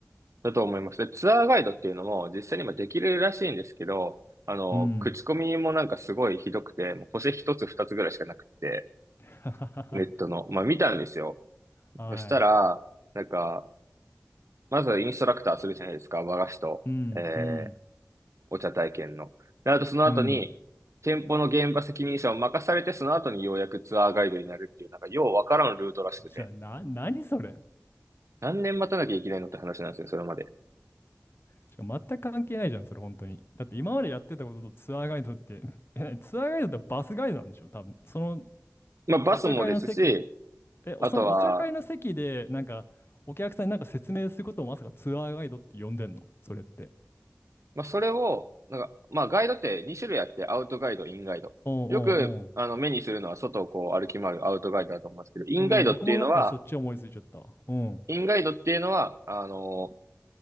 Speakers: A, on the right; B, on the left.
A: だと思います。で、ツアーガイドっていうのも実際に今できるらしいんですけど、あの、
B: うん。
A: 口コミもなんかすごいひどくて、もう星一つ二つぐらいしかなくて、
B: <laughs>
A: ネットの。まあ見たんですよ。
B: はい。
A: そしたら、なんか、まずインストラクターするじゃないですか。和菓子と、
B: うん、
A: えー、
B: うん、
A: お茶体験の。で、あとその後に、
B: うん。
A: 店舗の現場責任者を任されて、その後にようやくツアーガイドになるっていう、なんかようわからんルートらしくて、
B: な、な、何それ
A: 何年待たなきゃいけないのって話なんですよ、それまで。
B: しかも全く関係ないじゃん、それ本当に。だって今までやってたこととツアーガイドって、<laughs> え、ツアーガイドってバスガイドなんでしょ多分。その
A: まあバスもですし、
B: お茶会の席、え、
A: あとは、
B: そのお茶会の席で、なんか、お客さんになんか説明することをまさかツアーガイドって呼んでんのそれって。
A: まあ、それを、なんか、まあ、ガイドって2種類あって、アウトガイド、インガイド。
B: おう
A: よく、
B: おうお
A: あの、目にするのは、外をこう歩き回るアウトガイドだと思うんですけど、インガイドっていうのは、
B: う。うん、僕もなんかそっち思いついちゃった。うん。
A: インガイドっていうのは、あの、